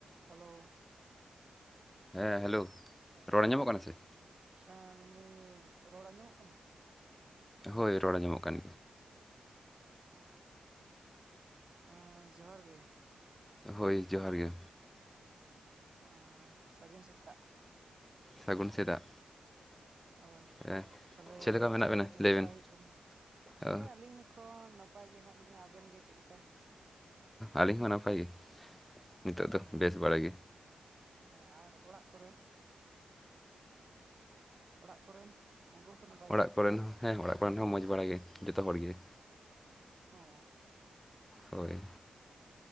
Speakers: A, on the right (about 35°); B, in the centre.
A: Hello.
B: ᱦᱮᱸ hello ᱨᱚᱲ ᱟᱸᱡᱚᱢᱚᱜ ᱠᱟᱱᱟ ᱥᱮ?
A: ᱦᱮᱸ ᱢᱮᱱᱫᱟᱹᱧ ᱨᱚᱲ ᱟᱸᱡᱚᱢᱚᱜ ᱠᱟᱱᱟ?
B: ᱦᱳᱭ ᱨᱚᱲ ᱧᱟᱢᱚᱜ ᱠᱟᱱ
A: ᱟ ᱮᱸ ᱡᱚᱦᱟᱨ ᱜᱮ᱾
B: ᱦᱳᱭ ᱡᱚᱦᱟᱨ ᱜᱮ᱾
A: ᱟᱸ ᱥᱟᱹᱜᱩᱱ ᱥᱮᱛᱟᱜ᱾
B: ᱥᱟᱹᱜᱩᱱ ᱥᱮᱛᱟᱜ᱾
A: ᱦᱳᱭ
B: ᱦᱮᱸ
A: ᱛᱟᱦᱞᱮ
B: ᱞᱮᱠᱟ ᱢᱮᱱᱟᱜ
A: ᱪᱮᱫ
B: ᱵᱮᱱᱟ
A: ᱠᱚ ᱪᱤᱠᱟᱹ
B: ᱞᱟᱹᱭ
A: ᱵᱟᱲᱟᱭ
B: ᱵᱮᱱ?
A: ᱦᱩᱭᱩᱜ ᱠᱟᱱᱟ?
B: ᱚ,
A: ᱦᱮᱸ ᱟᱹᱞᱤᱧ ᱮᱠᱷᱚᱱ ᱱᱟᱯᱟᱭ ᱜᱮ ᱦᱮᱱᱟᱜ ᱞᱤᱧᱟᱹ, ᱟᱵᱮᱱ ᱜᱮ ᱪᱮᱫ ᱞᱮᱠᱟ?
B: ᱟᱹᱞᱤᱧ ᱦᱚᱸ ᱱᱟᱯᱟᱭ ᱜᱮ, ᱱᱤᱛᱚᱜ ᱫᱚ
A: ᱚ
B: ᱵᱮᱥ ᱵᱟᱲᱟ ᱜᱮ᱾
A: ᱦᱮᱸ ᱟᱨ ᱚᱲᱟᱜ ᱠᱚᱨᱮ ᱚᱲᱟᱜ ᱠᱚᱨᱮᱱ ᱩᱱᱠᱩ ᱱᱟᱯᱟᱭ
B: ᱚᱲᱟᱜ
A: ᱜᱮᱭᱟ?
B: ᱠᱚᱨᱮᱱ ᱦᱚᱸ ᱦᱮᱸ ᱚᱲᱟᱜ ᱠᱚᱨᱮᱱ ᱦᱚᱸ ᱢᱚᱸᱡᱽ ᱵᱟᱲᱟᱭ ᱜᱮ ᱡᱚᱛᱚ ᱦᱚᱲ ᱜᱮ
A: ᱚ
B: ᱦᱳᱭ